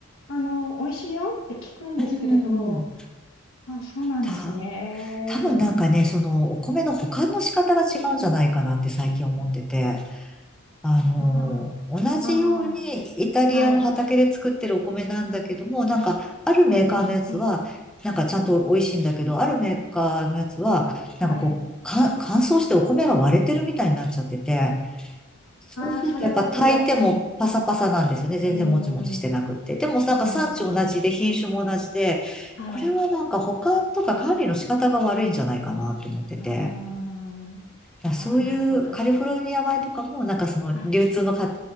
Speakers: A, on the left (about 65°); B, in the centre.
A: あの、美味しいよって聞くんですけれど、
B: うん。
A: あ、そうなんですね。
B: た、多分なんかね、そのお米の保管の仕方が違うんじゃないかなって最近思ってて、あの、
A: あ
B: 同じようにイタリアの畑で作ってるお米なんだけども、
A: あ、ああ、はい。
B: なんかあるメーカーのやつは、
A: うん、うん、うん。
B: なんかちゃんと美味しいんだけど、あるメーカーのやつは、なんかこう、
A: はい。
B: か乾燥してお米が割れてるみたいになっちゃってて、そうするとやっぱ炊いてもパサパサなんですよね。
A: ああ、それは辛い。うん。う
B: 全然もちもちしてなくって。
A: ーん。
B: でもなんか産地同じで品種も同じで、
A: うん。はい。
B: これはなんか保管とか管理の仕方が悪いんじゃないかなと思ってて。
A: うーん。
B: だからそういうカリフォルニア米とかもなんかその流通の過程
A: ああ、なるほど。はい。